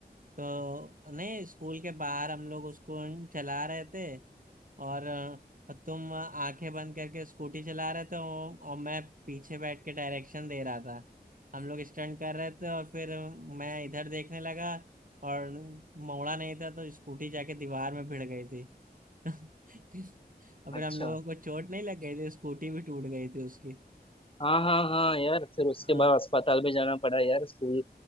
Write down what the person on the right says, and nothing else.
तो नहीं स्कूल के बाहर हम लोग उसको चला रहे थे और अ, तुम आंखें बंद करके स्कूटी चला रहे थे और और मैं पीछे बैठ के डायरेक्शन दे रहा था हम लोग स्टंट कर रहे थे और फिर मैं इधर देखने लगा और मोड़ा नहीं था तो स्कूटी जाके दीवार में भिड़ गई थी <laughs> फिर और
फिर हम लोगों को चोट नहीं लग गई थी स्कूटी भी टूट गई थी उसकी
हाँ